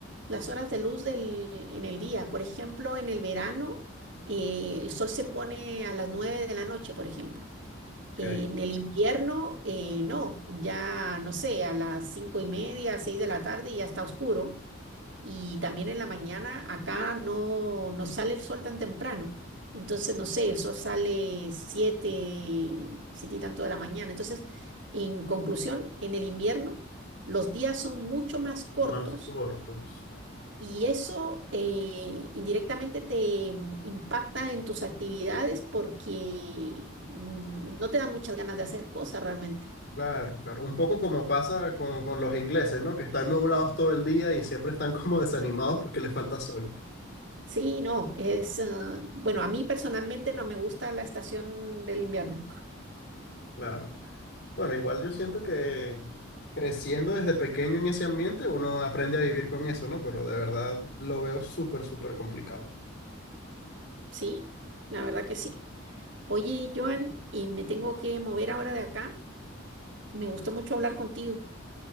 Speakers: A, on the right (about 65°); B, on the left (about 60°).
A: las horas de luz del, en el día. Por ejemplo, en el verano, eh, el sol se pone a las 9 de la noche, por ejemplo. En
B: Que
A: el invierno, eh, no, ya no sé, a las cinco y media, seis de la tarde ya está oscuro y también en la mañana acá no, no sale el sol tan temprano. Entonces, no sé, el sol sale siete, siete y tanto de la mañana. Entonces, en conclusión, en el invierno los días son mucho más cortos
B: más cortos.
A: y eso eh, indirectamente te mm, impacta en tus actividades porque mm, no te dan muchas ganas de hacer cosas realmente.
B: Claro, claro. Un poco como pasa con, con los ingleses, ¿no? Que están nublados todo el día y siempre están <laughs> como desanimados porque les falta sol.
A: Sí, no, es, ah, bueno, a mí personalmente no me gusta la estación del invierno.
B: Claro. Bueno, igual yo siento que creciendo desde pequeño en ese ambiente, uno aprende a vivir con eso, ¿no? Pero de verdad lo veo súper, súper complicado.
A: Sí, la verdad que sí. Oye, Joan, y me tengo que mover ahora de acá. Me gustó mucho hablar contigo.